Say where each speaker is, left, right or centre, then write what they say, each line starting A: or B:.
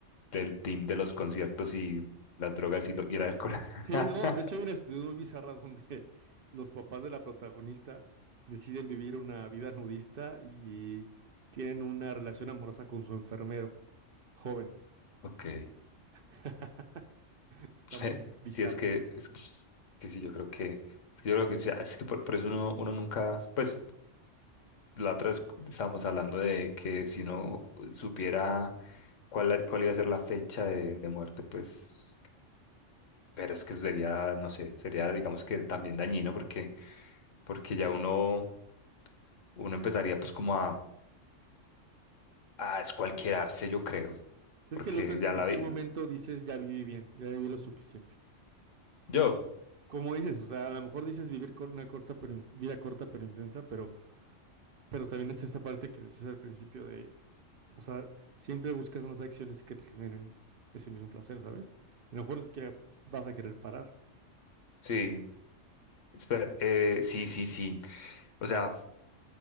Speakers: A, on the left; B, on the right.
A: del team de los conciertos y las drogas y, lo- y el alcohol. <laughs>
B: Sí, no, de hecho hay una situación muy bizarra donde <laughs> los papás de la protagonista deciden vivir una vida nudista y tienen una relación amorosa con su enfermero, joven.
A: Ok.
B: <laughs> Está
A: <laughs>
B: muy bizarro.
A: Sí, es que, es que sí, yo creo que, es que yo creo que sí, es que por, por eso uno, uno nunca, pues la otra vez estábamos hablando de que si uno supiera cuál, la- cuál iba a ser la fecha de, de muerte, pues, pero es que eso sería, no sé, sería, digamos que también dañino porque, porque ya uno, uno empezaría pues como a, a escualquierarse, yo creo,
B: Es
A: porque
B: que el otro es,
A: ya
B: ¿en
A: la
B: qué
A: vi,
B: momento dices ya viví bien, ya viví lo suficiente?
A: yo,
B: Como dices, o sea, a lo mejor dices vivir con una corta pero in- vida corta pero intensa, pero, pero también está esta parte que decías al principio de, o sea, siempre buscas más acciones que te generen ese mismo placer, ¿sabes? Y a lo mejor ni siquiera vas a querer parar.
A: sí, espera, eh, sí, sí, sí, o sea,